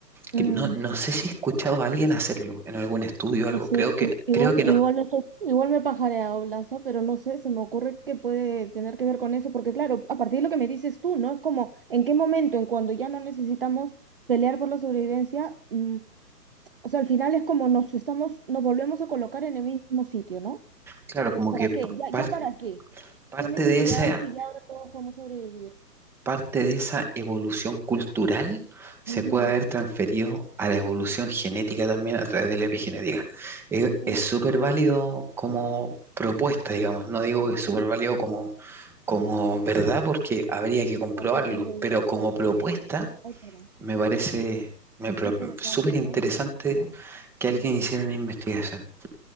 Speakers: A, on the right; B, in the centre.
A: mm.
B: que no, no sé si he escuchado a alguien hacerlo en algún estudio o algo,
A: Sí,
B: creo que,
A: i- igual,
B: creo que no.
A: igual, me estoy- igual me pajareado Lazo, pero no sé, se me ocurre que puede tener que ver con eso, porque claro, a partir de lo que me dices tú, ¿no? Es como, ¿en qué momento, en cuando ya no necesitamos pelear por la sobrevivencia? mm, o sea, al final es como nos estamos, nos volvemos a colocar en el mismo sitio, ¿no?
B: Claro,
A: Ent-
B: como
A: ¿Para
B: que
A: qué? ¿Ya,
B: par-
A: ya para qué?
B: parte
A: ¿Qué necesidad
B: de esa
A: hay si ya ahora todos podemos sobrevivir?
B: parte de esa evolución cultural se
A: Ujú,
B: puede haber transferido a la evolución genética también a través de la epigenética. Es
A: sí.
B: es súper válido como propuesta, digamos. No digo que es
A: <laughs>
B: súper válido como, como verdad porque habría que comprobarlo,
A: No, no tengo idea,
B: pero como
A: claro,
B: propuesta
A: pero... Ay, perdón.
B: me parece me
A: Es
B: pro-
A: interesante,
B: súper interesante
A: ¿no? Sí.
B: que alguien hiciera una investigación.